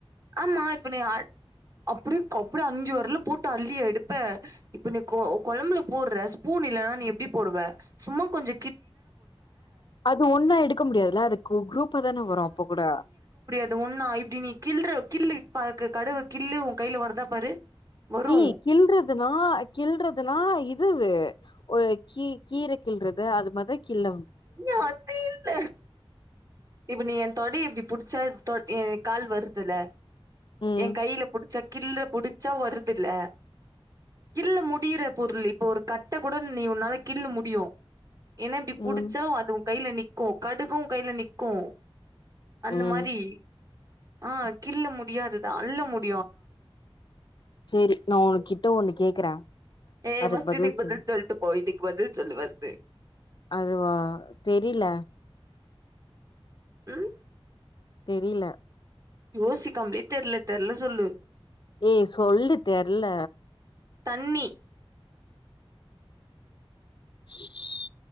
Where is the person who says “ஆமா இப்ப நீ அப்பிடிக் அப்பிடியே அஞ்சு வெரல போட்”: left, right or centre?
Right